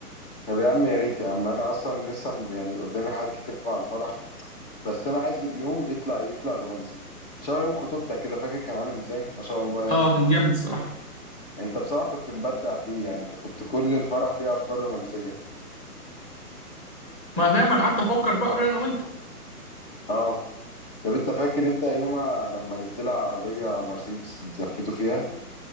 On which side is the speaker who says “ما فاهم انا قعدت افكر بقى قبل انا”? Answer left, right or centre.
Left